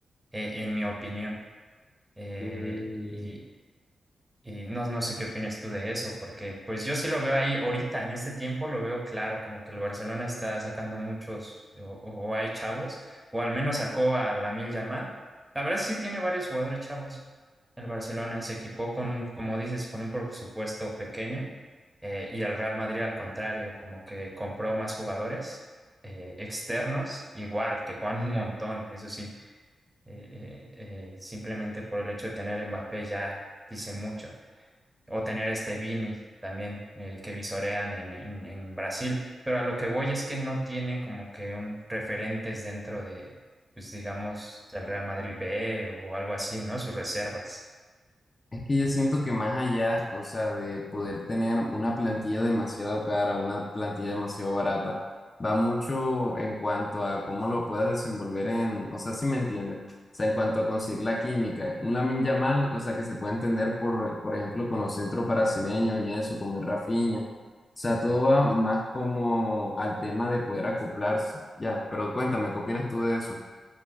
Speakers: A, on the right; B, on the left.
A: eh, en mi opinión. Eh,
B: Mm,
A: y, y no, no sé qué opinas tú de eso, porque pues yo sí lo veo ahí ahorita, en este tiempo lo veo claro, como que el Barcelona está sacando muchos, o, o- o hay chavos, o al menos sacó a Lamil Yamal. La verdad sí tiene varios jugadores chavos. El Barcelona se equipó con, como dices, con un presupuesto pequeño, eh, y el Real Madrid al contrario, como que compró más jugadores eh, externos, igual, que juegan <laughs> un montón, eso sí, eh, eh, eh, simplemente por el hecho de tener Mbappé ya dice mucho o tener este Vini también eh, que visorean en, en, en Brasil, pero a lo que voy es que no tiene como que un referentes dentro de, pues digamos, del Real Madrid B o algo así, ¿no? Sus reservas.
B: Es que yo siento que más allá, o sea, de poder tener una plantilla demasiado cara, una plantilla demasiado barata, va mucho en cuanto a cómo lo puedas desenvolver en, o sea, si me entiendes, o sea, en cuanto a conseguir la química. Un Lamine Yamal, o sea, que se puede entender por, por ejemplo, con los centros brasileños y eso, como el Rafinha. O sea,
A: Ujú.
B: todo va más como al tema de poder acoplarse. Ya, pero cuéntame, ¿qué opinas tú de eso?